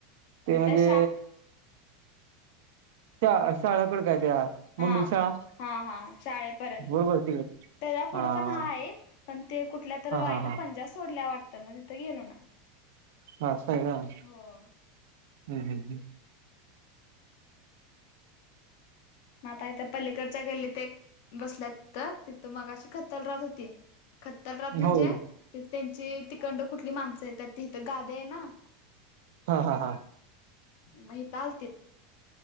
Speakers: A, on the right; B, on the left.
A: ते
B: इथे
A: म्हणजे
B: त्या शा
A: श शाळकड काय त्या
B: हा
A: मम्मी शाळा
B: हा हा शाळेपर्यंत
A: बरोबर तिकडे
B: त्याज्या पुुढं
A: हा
B: पण हाईत पण ते कुठल्या तर
A: हा
B: बाईनं
A: हा हा
B: पंजा सोडल्या वाटत तर मध्येेत ग गलो ना
A: हा स आहे का हम्
B: हो
A: हम् हम्
B: म आता इथ पलीकडच्या गल्लीत एक बसल्यात तीत तिथ मगाशी खतल राहत होती. खतर म्हणजे
A: होय
B: त्यांची तिकडणं कुठली माणसं येतात ते इथं गादया हाय ना
A: हा हा हा
B: मही चालतेत